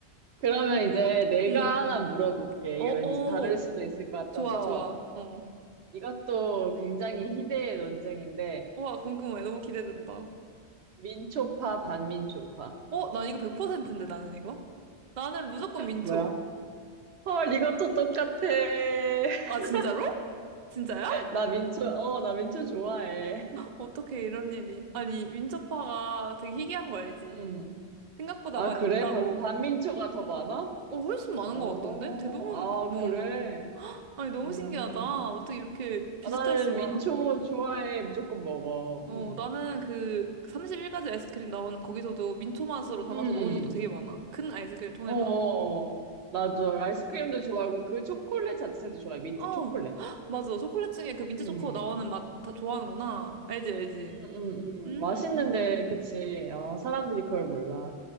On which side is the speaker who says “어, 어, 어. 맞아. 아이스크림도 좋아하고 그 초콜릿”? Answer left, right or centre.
Right